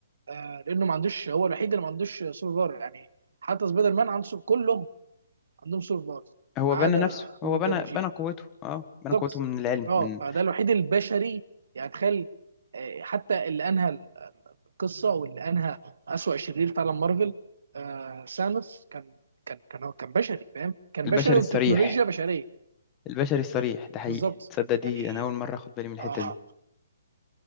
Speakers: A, on the right; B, on the left.
A: آه لانه ما عندوش هو الوحيد اللي ما عندوش سوبر باور يعني حتى سبايدر مان عنده سوبر كلهم عندهم سوبر باور
B: هو
A: ما عدا
B: بنى نفسه هو
A: روبرت
B: بنى
A: داني جيني
B: بنى قوته اه بنى
A: بالظبط
B: قوته من العلم
A: اه
B: من
A: فده الوحيد البشري يعني تخيل آه، حتى اللي انهى القصه واللي انهى اسوأ شرير في عالم مارفل آه سانوس كان كان كان هو كان بشري فاهم كان
B: البشر
A: بشري
B: الصريح
A: والتكنولوجيا بشريه
B: البشري الصريح ده حقيقي
A: بالظبط
B: تصدق دي
A: يعني
B: انا اول مره اخد بالي من الحته
A: اه
B: دي